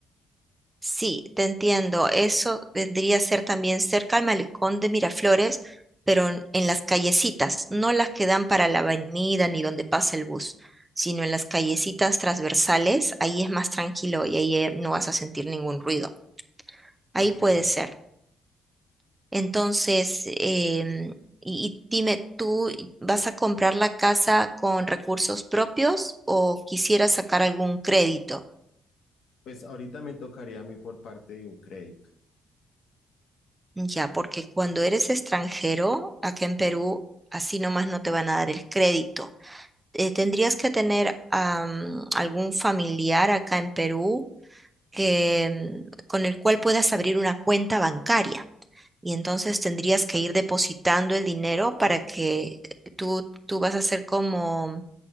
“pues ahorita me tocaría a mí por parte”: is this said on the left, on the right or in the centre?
Left